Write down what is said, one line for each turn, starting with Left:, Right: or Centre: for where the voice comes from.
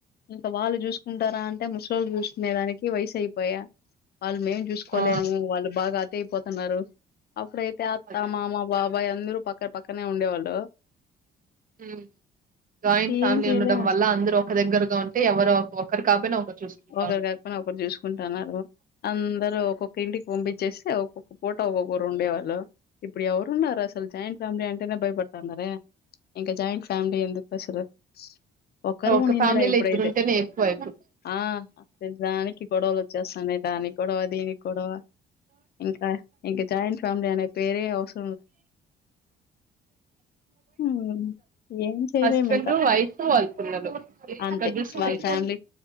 Left: ఇంకా వాళ్ళు జూసుకుంటారా అంటే ముసలోళ్ళు జూసుకునే దానికి వయసు అయిపయా వాళ్ళు మేం చూసుకోలేము
Right: ఆ
Left: వాళ్ళు బాగా అతైపోతన్నారు అప్పుడైతే అత్త
Right: అదే
Left: మామ బా బ్బయి అందరూ పక్కన పక్కనే ఉండేవాళ్ళు
Right: మ్ జాయింట్
Left: ఇంకేం
Right: ఫ్యామిలీ
Left: చేయలేము
Right: ఉండడం వల్ల అందరు ఒక దగ్గరగా ఉంటే ఎవరు ఒకరు కాపోయినా ఒకరు చూసుకుంటా
Left: ఒకరు
Right: ఉం
Left: కాకపోయినా ఒకరు చూసుకుంటాన్నారు అందరు ఒక్కొక్క ఇంటికి పంపిచ్చేసి ఒక్కొక్క పూట ఒక్కొక్కరు ఉండేవాళ్ ఇప్పుడు ఎవరున్నారు అసలు జాయింట్ ఫ్యామిలీ అంటేనే భయపడ్ తన్నరె ఇంకా జాయింట్ ఫ్యామిలీ ఎందుకసలు ఒక్కరు
Right: ఒక
Left: ఉన్నిందిలె
Right: ఫ్యామిలీలో
Left: ఇప్పుడైతె
Right: ఇద్దరు ఉంటేనే ఎక్కువ ఇప్పుడు
Left: ఆ ప్రతి దానికి గొడవలు వచ్చేస్తాన్నయ్ దానికి గొడవ దీనికి గొడవ ఇంకా ఇంక జాయింట్ ఫేమిలీ అనే పేరే అవస్ హ్మ్. ఏం చేయలేమింక.
Right: హస్బెండు వైఫ్ వాళ్ళ పిల్లలు ఎక్కడ
Left: అంతే
Right: చూసిన
Left: వాళ్ళ
Right: ఇవే
Left: ఫ్యామిలీ